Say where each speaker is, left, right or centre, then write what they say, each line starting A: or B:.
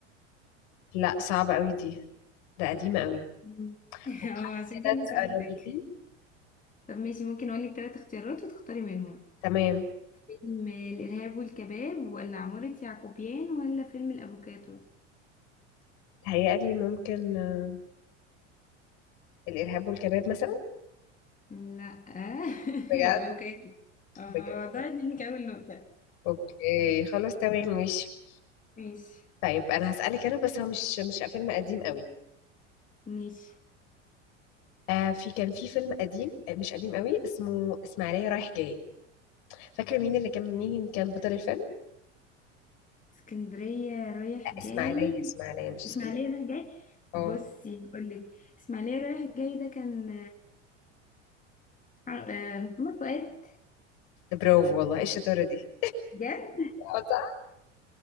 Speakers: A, on the left; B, on the left.
A: لا صعبة أوي دي ده قديمة أوي
B: مم. <laughs>
A: طب حاولي
B: اه عشان
A: كده
B: كده
A: تقربي
B: سألتك
A: لي
B: طب ماشي ممكن اقولك ثلاث اختيارات وتختاري منهم
A: تمام
B: فيلم الإرهاب والكباب ولا عمارة يعقوبيان ولا فيلم الأفوكاتو
A: تهيألي ممكن آه، الإرهاب والكباب مثلا
B: لا <laughs>
A: بجد
B: الأفوكاتو اه
A: بجد
B: ضاعت منك أول نقطة
A: اوكي خلاص تمام ماشي
B: ماشي
A: طيب انا هسألك انا بس هو مش مش فيلم قديم قوي
B: ماشي
A: آه في كان في فيلم قديم آه، مش قديم قوي اسمه اسماعيلية رايح جاي فاكرة مين اللي كان مين كان بطل الفيلم
B: اسكندرية رايح
A: آه
B: جاي
A: اسماعيلية اسماعيلية مش اسكندرية
B: اسماعيلية رايح جاي
A: اه
B: بصي هقولك اسماعيلية رايح جاي ده كان آه، آه، محمد فؤاد
A: ده برافو والله ايه الشطارة دي
B: جد
A: اه صح